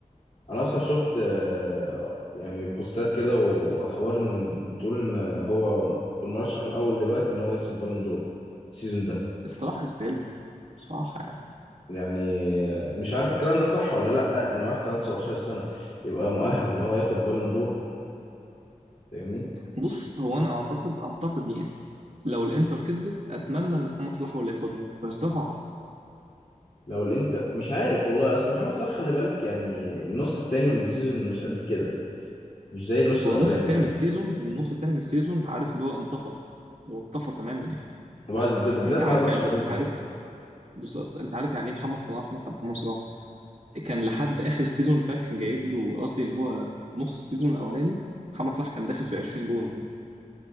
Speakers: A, on the left (about 60°); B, on the right (about 75°).
A: انا اصلا شفت آه، يعني بوستات كده واخبار ان بتقول ان هو المرشح الاول دلوقتي ان هو يكسب بالون دور السيزون ده
B: الصراحه يستاهلها بصراحه يعني
A: يعني آه، مش عارف الكلام ده صح ولا لا ان واحد عنده 19 سنه يبقى مؤهل ان هو ياخد بالون دور فاهمني
B: بص هو انا اعتقد اعتقد يعني لو الانتر كسبت اتمنى ان محمد صلاح هو اللي ياخدها بس ده صعب
A: لو الانتر مش عارف والله اصل محمد صلاح خلي بالك يعني النص التاني من السيزون مش قد كده مش زي النص الاولاني
B: هو النص التاني
A: فاهم
B: من السيزون من النص التاني من السيزون عارف اللي هو انطفى هو انطفى تماما يعني
A: وبعد بالذات بالذات
B: انت
A: بعد
B: عارف
A: ماتش
B: يعني
A: باريس
B: انت
A: ده
B: عارف بالظبط انت عارف يعني ايه محمد صلاح مثلا محمد صلاح كان لحد اخر السيزون اللي فات كان جايب له قصدي اللي هو نص السيزون الاولاني محمد صلاح كان داخل في 20 جون